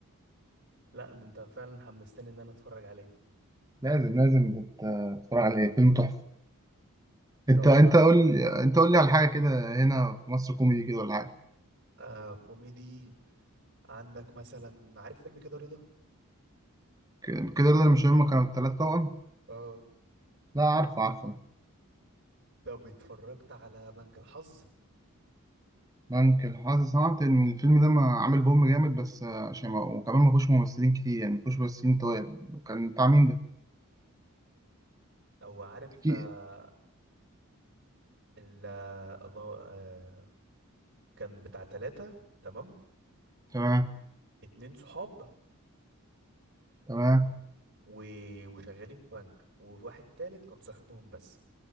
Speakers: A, on the right; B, on the right.
A: لا ده انت فعلا حمستني ان انا اتفرج عليه
B: لازم لازم تت- تتفرج عليه فيلم تحفة أنت
A: طب
B: أنت قول لي أنت قول لي على حاجة كده هنا في مصر كوميدي كده ولا حاجة
A: آه كوميدي عندك مثلا عارف فيلم كده رضا
B: ك- كده ده مش هم كانوا التلات توأم
A: اه
B: لا عارفه عارفه
A: طب اتفرجت على بنك الحظ
B: ممكن حاسس سمعت ان الفيلم ده ما عامل بوم جامد بس آه، عشان ما وكمان ما فيهوش ممثلين كتير يعني ما فيهوش ممثلين طوال كان بتاع مين ده؟
A: او عارف
B: كي
A: آه ال آه، الله آه كان بتاع ثلاثة تمام
B: تمام
A: اتنين صحاب
B: تمام
A: و... وشغالين في بنك وواحد تالت كان صاحبهم بس